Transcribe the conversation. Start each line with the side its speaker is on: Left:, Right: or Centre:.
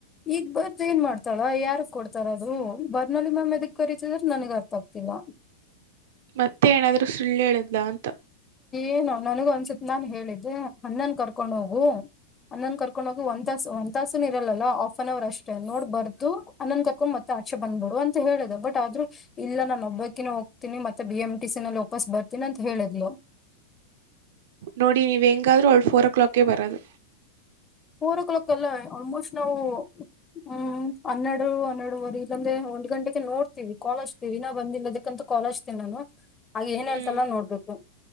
Left: ಈಗ್ ಬರ್ದು ಏನ್ ಮಾಡ್ತ್ ತಳ ಯಾರಗ್ ಕೊಡ್ತಾರ ಅದು ಬರ್ನಲ್ಲಿ ಮ್ಯಾಮ್ ಎದಕ್ ಕರಿತಿದರ್ ನನಗ್ ಅರ್ಥ ಆಗ್ತಿಲ್ಲ.
Right: ಮತ್ತೆ ಏನಾದ್ರೂ ಸುಳ್ಳು ಹೇಳುದ್ಲ ಅಂತ.
Left: ಏನು ನನಗ್ ಅನ್ಸಿದ್ ನಾನ್ ಹೇಳಿದ್ದೆ ಅಣ್ಣನ್ ಕರ್ಕೊಂಡ್ ಹೋಗು. ಅಣ್ಣನ್ ಕರ್ಕೊಂಡ್ ಹೋಗು ಒಂದ್ ತಾಸ್ ಒಂದ್ ತಾಸುನು ಇರಲ್ಲಲ್ಲ ಹಾಫ್ ಎನ್ ಹವರ್ ಅಷ್ಟೇ ನೋಡ್ ಬರ್ದು ಅಣ್ಣನ್ ಕರ್ಕೊಂಡ್ ಮತ್ತ ಆಚೆ ಬಂದ್ಬಿಡು ಅಂತ ಹೇಳಿದೆ ಬಟ್ ಆದ್ರೂ ಇಲ್ಲ ನಾನು ಒಬ್ಬಾಕಿನ ಹೋಗ್ತಿನಿ ಮತ್ತೆ ಬಿ ಎಂ ಟ ಸಿ ನಲ್ಲಿ ವಾಪಸ್ ಬರ್ ತಿನಂತ್ ಹೇಳಿದ್ಲು.
Right: ನೋಡಿ ನೀವ ಹೆಂಗಾದ್ರೂ ಅವಳ ಫೋರ್ ಕ್ಲಾಕಗೆ ಬರದು
Left: ಫೋರ್ ಓ ಕ್ಲಾಕ್ ಅಲ್ಲ ಆಲ್ಮೋಸ್ಟ್ ನಾವು ಹ್ಮ್ ಹನ್ನೆರಡು ಹನ್ನರಡುುವರೆ ಗಂದೆ ಒಂದ್ ಗಂಟೆಗೆ ನೋಡ್ತೀವಿ ಕಾಲೇಜ್ ಕ ವಿನ ಬಂದಿಲ್ಲ ಅದಕ್ಕಂತ ಕಾಲೇಜ್ತ ನಾನು ಆಗ ಏನ್ ಹೇಳ್ತಲ್ಲ
Right: ಹ್ಮ್
Left: ನೋಡ್ಬೇಕು